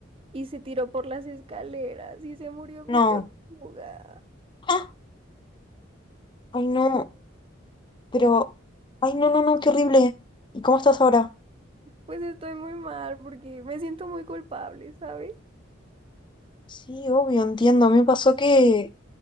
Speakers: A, on the right; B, on the left.
A: y se tiró por las escaleras y se murió mi
B: No.
A: tortuga.
B: ¡Ah! Ay, no, pero... Ay, no, no, no, qué horrible. ¿Y cómo estás ahora?
A: Pues estoy muy mal porque me siento muy culpable, ¿sabes?
B: Sí, obvio, entiendo. A mí me pasó que